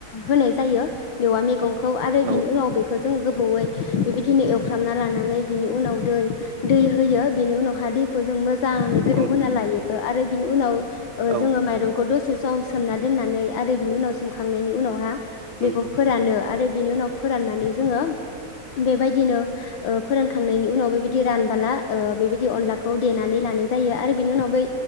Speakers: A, on the left; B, on the right.
A: होनाय जायो मेवा मैगंखौ आरो
B: औ
A: बिनि उनाव
B: औ
A: बेखौ जोङो गोबावयै बेबायदिनो एवफ्रामना लानानै बिनि उनाव दै दै होयो बिनि उनावहााय दैखौ जों मोजां मोजाङै
B: नंगौ
A: गोदौ होना लायो आरो बिनि उनाव
B: नंगौ औ
A: जोङो माइरंखौ दसे से सम सोमनानै दोननानै आरो बिनि उनाव सोमखांनायनि उनावहा
B: नंगौ
A: बेखौ फोरानो आरो बिनि उनाव फोरनानै जों बेबायदिनो फोरान खांनायनि उनाव बेबायदि रानबोला बेबायदि अखौ देनानै लानाय जायो आरो बिनि उनाव बै